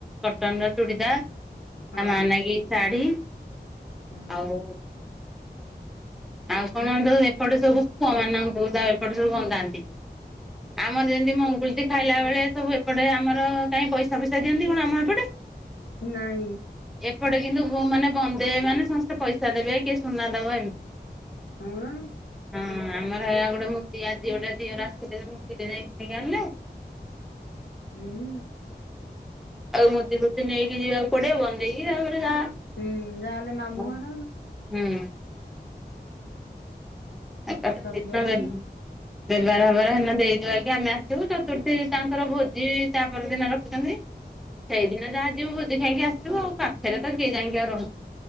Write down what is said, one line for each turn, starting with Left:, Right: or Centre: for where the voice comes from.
Centre: କଟନ ର ଚୁଡ଼ିଦାର
Left: ହଁ
Centre: ଆମାନାଗ ଶାଢ଼ୀ
Left: ହୁଁ
Centre: ଆଉ ଆଉ କଣ ତ ଏପଟେ ସବୁ ପୁଅ ମାନଙ୍କୁ ଆଉ ଏପଟେ ସବୁ ବନ୍ଦାନ୍ତି। ଆମର ଯେମିତି ମଙ୍ଗୁଳିତି ଖାଇଲା ବେଳେ ସବୁ ଏପଟେ ଆମର କାଇହିଁ ପଇସା ଫଇସା ଦିଅନ୍ତି କଣ ଆମ ଏପଟେ।
Left: ନାଇଁ।
Centre: ଏପଟେ କିନ୍ତୁ ମାନେ ବଧେଇବେ ମାନେ ସମସ୍ତେ ପଇସା ଦେବେ କିଏ ସୁନା ଦେବ ଏମିତି।
Left: ହଁ।
Centre: ହଁ ଆମର ହେଇ ଗୋଟେ ମୁଦି ଆଜି ଗୋଟେ ଦିଅର ଆସିଥିଲେ ଯେ ମୁଦି ଟେ ଯାଇକି କିଣି ଆଣିଲେ।
Left: ହୁଁ।
Centre: ଆଉ ମୁଦି ଫୁତି ନେଇକି ଯିବାକୁ ପଡିବ ବନ୍ଦେକି ଆଉ।
Left: ହୁଁ ଯାହାହେଲେ ମାମୁଁଘର
Centre: ହୁଁ। <unintelligible>
Left: ସବୁବେଳେ ତମ
Centre: ବ୍ୟବାର ଫେବାର ହେନ ଦେଇଦୁଆକି ଆମେ ଆସିବୁ ଚତୁର୍ଥୀ ତାଙ୍କର ଭୋଜି ତା ପରଦିନ ରଖୁଛନ୍ତି। ସେଇଦିନ ଯାହା ଯିବୁ ଭୋଜି ଖାଇକି ଆସିବୁ ଆଉ ପାଖରେ ତ କିଏ ଯାଇକି ଆଉ ରହଉଚି।